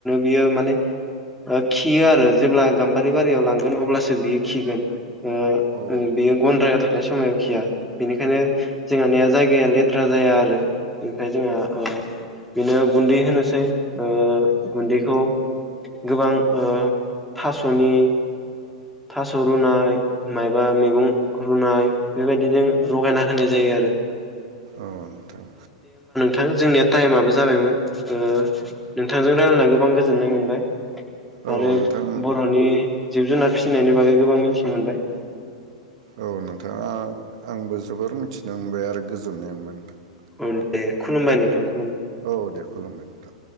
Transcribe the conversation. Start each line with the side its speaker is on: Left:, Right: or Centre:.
Centre: बियो माने खियो आरो जेब्ला गाम्बारि बारियाव लांगोन अब्लासो बियो खिगोन ओ
Right: औ
Centre: बेयो गन्द्रायाव थानाय समाव खिया बेनिखायनो जोंहानिया जायगाया लेथ्रा जाया आरो । ओमफाय जोंहा ओ बेनो गुन्दै होनोसै ओ गुन्दैखौ गोबां ओ थास'नि थास' रुनाय मायबा मैगं रुनाय बेबायदिजों लगायना होनाय जायो आरो ।
Right: औ नोंथां
Centre: थां जोंनिया टाइमाबो जाबायमोन ओ नोंथांजों रायलायना गोबां गोजोननाय मोनबाय ।
Right: औ
Centre: आरो
Right: नोंथां
Centre: बर'नि जिब जुनार फिसिनायनि बागै गोबां मिथिनो मोनबाय ।
Right: औ नोंथां आ-आंबो जोबोर मि थिनो मोनबाय आरो गोजोननाय मोनबाय नोंथां
Centre: ओम दे खुलुमबाय नोंथांखौ
Right: औ दे खुलुमबाय नोंथां